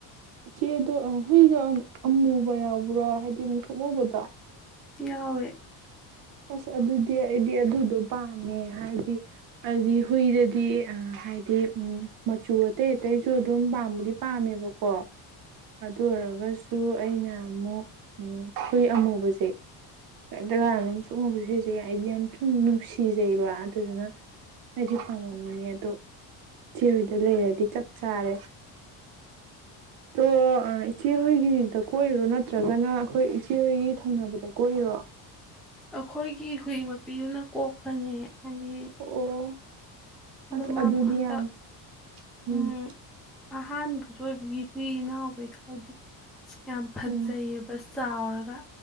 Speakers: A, on the right (about 60°); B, in the centre.
A: ꯆꯦꯗꯣ ꯍꯨꯏꯒ ꯑꯃꯨꯕ ꯌꯥꯎꯕ꯭ꯔꯥ ꯍꯥꯏꯗꯤ ꯑꯃꯨꯛ ꯁꯣꯛꯎꯨꯕꯗ
B: ꯌꯥꯎꯋꯦ
A: ꯑꯁ ꯑꯗꯨꯗꯤ ꯑꯩꯗꯤ ꯑꯗꯨꯗꯣ ꯄꯥꯝꯃꯦ ꯍꯥꯏꯗꯤ ꯑꯩꯗꯤ ꯍꯨꯏꯗꯗꯤ ꯍꯥꯏꯗꯤ ꯃꯆꯨ ꯑꯇꯩ ꯑꯇꯩꯁꯨ ꯑꯗꯨꯝ ꯄꯥꯝꯕꯗꯤ ꯄꯥꯝꯃꯦꯕꯀꯣ ꯑꯗꯨ ꯑꯣꯏꯔꯒꯁꯨ ꯑꯩꯅ ꯑꯃꯨꯛ ꯍꯨꯏ ꯑꯃꯨꯕꯁꯦ ꯀꯩꯝꯇ ꯀꯥꯟ ꯑꯗꯨꯝ ꯎ ꯁꯤꯁꯦ ꯑꯩꯗꯤ ꯌꯥꯝ ꯁꯨꯝ ꯅꯨꯡꯁꯤꯖꯩꯕ ꯑꯗꯨꯗꯨꯅ ꯑꯩꯗꯤ ꯐꯪꯉꯝꯃꯤꯅꯦ ꯑꯗꯣ ꯏꯦꯔꯣꯏꯗ ꯂꯩꯔꯗꯤ ꯆꯞ ꯆꯥꯔꯦ ꯑꯣ ꯏꯆꯦꯍꯣꯏꯒꯤꯗ ꯀꯣꯏꯔꯣ ꯅꯠꯇ꯭ꯔꯒꯅ ꯑꯩꯈꯣꯏ ꯏꯆꯦꯍꯣꯏꯒꯤ ꯊꯪꯅꯕꯗ ꯀꯣꯏꯏꯔꯣ
B: ꯑꯩꯈꯣꯏꯒꯤ ꯍꯨꯏ ꯃꯄꯤꯅ ꯀꯣꯛꯄꯅꯦ ꯑꯅꯤ
A: ꯑꯣ
B: ꯑꯗꯣ
A: ꯑꯁ
B: ꯃꯥꯗꯣ
A: ꯑꯗꯨꯗꯤ
B: ꯍꯟꯇꯛ
A: ꯌꯥꯝ ꯎꯝ
B: ꯎ ꯑꯍꯥꯟꯕꯁꯨ ꯑꯣꯏꯕꯒꯤ ꯍꯨꯏ ꯏꯅꯥꯎ ꯍꯣꯏ ꯍꯥꯏꯕꯗꯤ ꯌꯥꯝ ꯐꯖꯩꯑꯕ
A: ꯎꯝ
B: ꯆꯥꯎꯔꯒꯥ